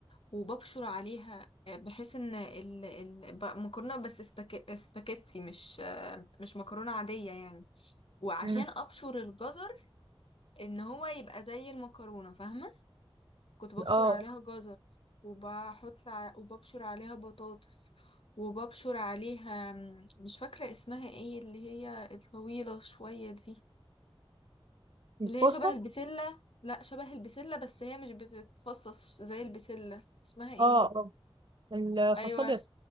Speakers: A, on the left; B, on the right.
A: وببشر عليها آه، بحيث ان ال... ال... ب- مكرونه بس استك... استكتي مش آه، مش مكرونه عاديه يعني وعشان
B: مم.
A: ابشر الجزر ان هو يبقى زي المكرونه فاهمه كنت ببشر
B: اه
A: عليها جزر وبحط ع... وببشر عليها بطاطس وببشر عليها م، مش فاكره اسمها ايه اللي هي الطويله شويه دي
B: الكوسه
A: اللي هي شبه البسله لا شبه البسله بس هي مش بتتفصص زي البسله اسمها ايه
B: اه اه الفاصوليا
A: ايوه